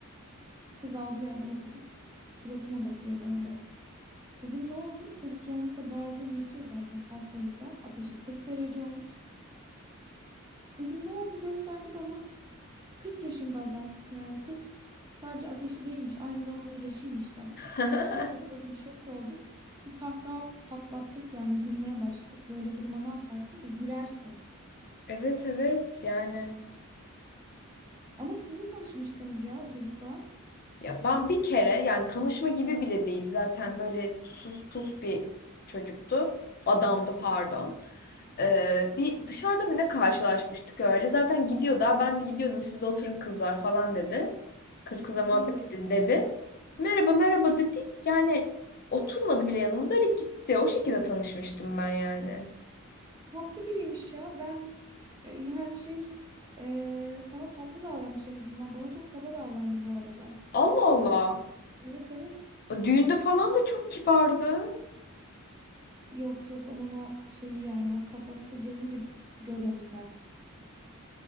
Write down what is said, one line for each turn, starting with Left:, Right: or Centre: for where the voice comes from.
Right: kız aldığı yerden okudum suratıma bakıyor böyle Dedim ne oldu? Çocuk yanımızda baygın yatıyor zaten hastalıktan. Ateşi 40 derece olmuş. Dedim ne oldu? Gösterdi bana. 40 yaşında adam. Yani 40 sadece ateşi değilmiş. Aynı zamanda yaşıymış da.
Left: <laughs>
Right: Biz de burada bir şok olduk. Bir kahkaha patlattık yani gülmeye başladık. Böyle duruma ne yaparsın ki? Gülersin.
Left: Evet evet yani.
Right: Ama siz de tanışmıştınız ya o çocukla.
Left: Ya ben bir kere yani tanışma gibi bile değil zaten böyle sus pus bir çocuktu. Adamdı pardon. Ee, bir dışarıda mı ne karşılaşmıştık öyle. Zaten gidiyordu. "Aa, Ben de gidiyordum siz de oturun kızlar falan dedi. Kız kıza muhabbet
Right: Hmm,
Left: edin dedi. Merhaba merhaba dedik. Yani oturmadı bile yanımıza öyle gitti. O şekilde tanışmıştım ben yani.
Right: tatlı biriymiş ya. Ben e, yani şey e, sana tatlı davranmış en azından. Bana çok kaba davrandı bu arada.
Left: Allah Allah.
Right: Yani sen- evet evet.
Left: O Düğünde falan da çok kibardı.
Right: Yok yok onun o şeyi yani o kafası gelince gör onu sen.